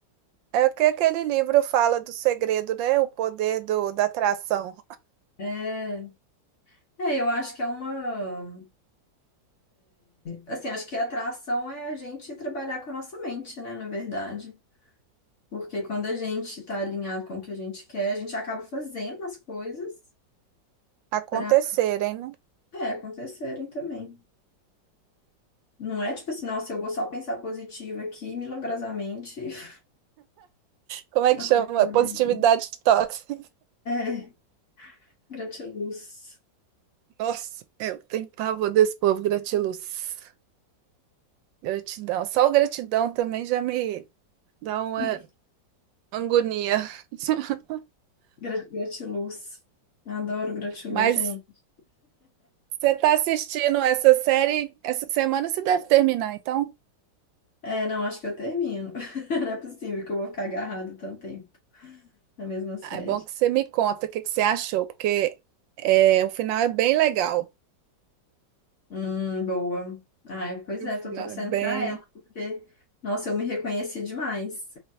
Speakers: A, on the right; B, on the left.
A: é o que aquele livro fala do segredo, né? O poder do, da atração
B: É, é, eu acho que é uma. Assim, acho que a atração é a gente trabalhar com a nossa mente, né, na verdade. Porque quando a gente tá alinhado com o que a gente quer, a gente acaba fazendo as coisas
A: acontecerem,
B: para,
A: né?
B: é, acontecerem também. Não é tipo assim, nossa, eu vou só pensar positivo aqui, e milagrosamente <laughs>
A: Como é
B: a
A: que chama?
B: coisa
A: Positividade
B: vai.
A: tóxica.
B: É, gratiluz.
A: Nossa, eu tenho pavor desse povo, gratiluz. Gratidão. Só o gratidão também já me dá uma
B: <laughs>
A: agonia. <laughs>
B: Gra- Gratiluz. Adoro gratiluz,
A: Mas
B: gente.
A: você está assistindo essa série, essa semana você deve terminar, então.
B: É, não, acho que eu termino. <laughs> Não é possível que eu vou ficar agarrado tanto tempo na mesma série.
A: Ah, É bom que você me conta o que que você achou, porque é, o final é bem legal.
B: Hum, boa. Ai, pois
A: O
B: é,
A: final
B: tô torcendo
A: é bem.
B: pra ela, porque, nossa, eu me reconheci demais